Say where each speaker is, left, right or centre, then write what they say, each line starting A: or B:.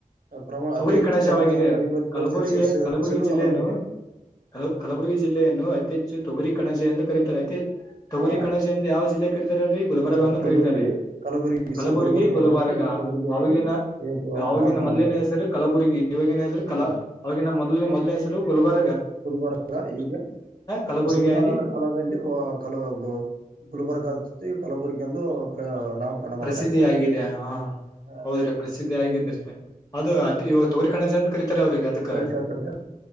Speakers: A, on the right; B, on the left.
A: ಪ್ರಮಾಣ
B: ತುರಿ
A: ಅತಿ ಹೆಚ್ಚು
B: ಕಣಜವಾಗಿದೆ
A: ಪ್ರಮಾಣದ ಅಂದ್ರೆ ಐವತ್ತೇಳು
B: ಕಲಬುರಗಿ
A: ಸೆಲ್ಸಿಯಸ್
B: ಕಲಬುರಗಿ
A: ಬಿಸಿಲು
B: ಜಿಲ್ಲೆಯನು-
A: ಹೊರಹೊಮ್ಮಿದೆ
B: ಲ- ಕಲಬುರಗಿ ಜಿಲ್ಲೆಯನ್ನು ಅತಿ ಹೆಚ್ಚು- ತೊಗರಿ ಕಣಜ ಎಂದು ಕರತಾರೆ ಐತಿ ತೊಗರಿ
A: ಆ
B: ಕಣಜೆ ಎಂದು ಯಾವ ಜಿಲ್ಲೆಗೆ- ರ -ಗುಲಬರ್ಗವನ್ನು
A: ಸೊ ಕಲಬುರಗಿ
B: ಕರೀತಾರೆ
A: ಕಲಬುರಗಿ
B: ಕಲಬುರಗಿ
A: ಸರ್ ಗುಲ್ಬರ್ಗ
B: ಗುಲಬರ್ಗ
A: ಮೊದಲೆತ್ತಿ ಕಲಬುರಗಿಯಾಗಿ
B: ಅವಗನ
A: ಈ ಬ-
B: ಅವವಾಗಿಗನ
A: ನಾಮಕರಣ
B: ಮೊದಲನೇ
A: ಮಾಡಿದೆ
B: ಹೆಸರು ಕಲಬುಗಿ ಇವವಾಗಿನ ಹೆಸರು ಕಲಾ
A: ಆ,
B: ಅವವಾಗಿ ಮೊದಲನ ಮೊದಲ ಹೆಸರು ಗುಲ್ಬಾರ.
A: ಹಲ್ ಬರಾಗ ಈಗ.
B: ಕಲಬುರಗಿಯಾಗಿ
A: ಅದು ಸುಲ್ತಾನದ ಕಾಲದಲ್ಲಿ ಕಲ ಗುಲ್ಬರ್ಗ ಆಗ್ತತಿ ಕಲಬುರ್ಗಿ. ಎಂದು ಪ್ರ ನಾಮಕರಣ
B: ಪ್ರಸಿದ್ಧಿ
A: ಮಾಡಲಾಗಿದೆ
B: ಆಗಿದೆ ಹಾ
A: ಆ,
B: ಹೌದ್ರಿ ಪ್ರಸಿದ್ಧಿ ಆಗಿದ್ರಿ ಅದು. ಇವ ತಗರಿ ಕಾಣ ಜ ಅಂತ. ಅವ್ರಿಗೆ ಅದಕ್ಕ
A: ಕಡಿತಾ ಕಿತ